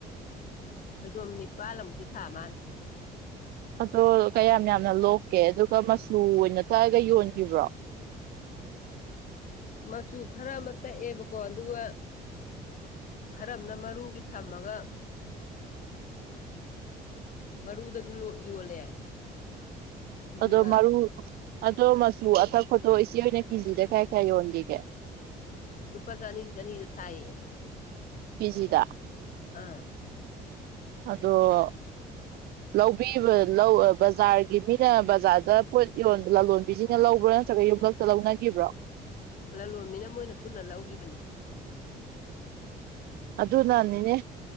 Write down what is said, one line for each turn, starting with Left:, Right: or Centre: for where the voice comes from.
Left: ꯐꯩꯗꯣꯝ ꯅꯤꯄꯥꯜꯑꯃꯨꯛꯇꯤ ꯊꯥ ꯃꯥꯜꯂꯦ
Right: ꯑꯗꯣ ꯀꯌꯥꯝ ꯌꯥꯝꯅ ꯂꯣꯛꯀꯦ ꯑꯗꯨꯒ ꯃꯆꯨ ꯑꯣꯏꯅ ꯇꯛꯑꯒ ꯌꯣꯟꯒꯤꯕ꯭ꯔꯣ
Left: ꯃꯆꯨ ꯈꯔ ꯑꯃ ꯇꯛꯑꯦꯕꯀꯣ ꯑꯗꯨꯒ ꯈꯔꯝꯅ ꯃꯔꯨꯒꯤ ꯊꯝꯃꯒ ꯃꯔꯨꯗꯁꯨ ꯂꯨ ꯌꯣꯜꯂꯦ ꯑꯗꯨꯒ
Right: ꯑꯗꯣ ꯃꯔꯨ ꯑꯗꯣ ꯃꯆꯨ ꯑꯇꯛꯄꯗꯣ ꯏꯆꯦ ꯑꯣꯏꯅ ꯀꯤꯖꯤꯗ ꯀꯌꯥ ꯀꯌꯥ ꯌꯣꯟꯒꯤꯒꯦ
Left: ꯂꯨꯄꯥ ꯆꯅꯤ ꯆꯅꯤꯗ ꯊꯥꯌꯦ
Right: ꯀꯦꯖꯤꯗ
Left: ꯑꯥ
Right: <inaudible> ꯑꯗꯣ ꯂꯧꯕꯤꯕ ꯂꯧ ꯑ ꯕꯖꯥꯔꯒꯤ ꯃꯤꯅ ꯕꯖꯥꯔꯗ ꯄꯣꯠ ꯌꯣ ꯂꯂꯣꯟꯕꯤꯁꯤꯡꯅ ꯂꯧꯕ꯭ꯔꯥ ꯅꯠꯇꯔꯒ ꯌꯨꯝꯂꯛꯇ ꯂꯧꯅꯒꯤꯕ꯭ꯔꯣ
Left: ꯂꯂꯣꯟꯕꯤꯅ ꯃꯣꯏꯅ ꯄꯨꯟꯅ ꯂꯧꯒꯤꯕꯅꯦ
Right: ꯑꯗꯨꯅꯅꯤꯅꯦ